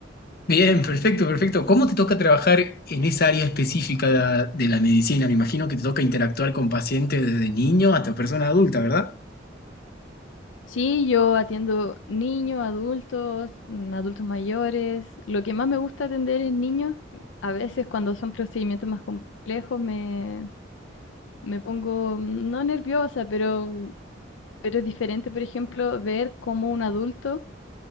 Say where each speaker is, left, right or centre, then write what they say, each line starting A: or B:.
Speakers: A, on the left; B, on the left.
A: Bien, perfecto, perfecto. ¿Cómo te toca trabajar en esa área específica da- de la medicina? Me imagino que te toca interactuar con pacientes desde niño hasta persona adulta, ¿verdad?
B: Sí, yo atiendo niños, adultos, mm, adultos mayores. Lo que más me gusta atender es niños. A veces cuando son procedimientos más complejos me, me pongo mm, no nerviosa, pero, pero es diferente, por ejemplo, ver cómo un adulto